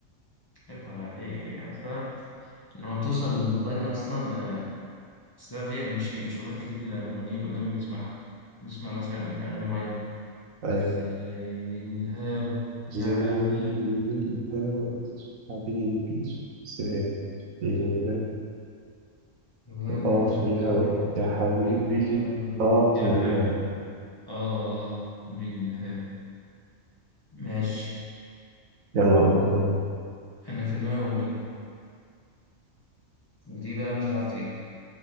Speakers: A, on the left; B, on the right.
A: عيب عليك اصلا لما بتوصل للمغني اصلا آه، بس ده فيها مش مش اغنيات كتير للمغنيين القدام بنسمعهم نسمع مثلا اغاني معينة
B: أيوة
A: زي الهوى يا
B: زي
A: حبيبي
B: الهوا حبيبي زي الهوا
A: وانا
B: آه في
A: واقف
B: الهوا يا حبيبي
A: بالهوى
B: آه
A: يا
B: في الهوا
A: حبيبي اه اه من الهوى ماشي
B: يلا قول قول.
A: انا في دماغي اغنية دي بقى مش هتعرف تجيبها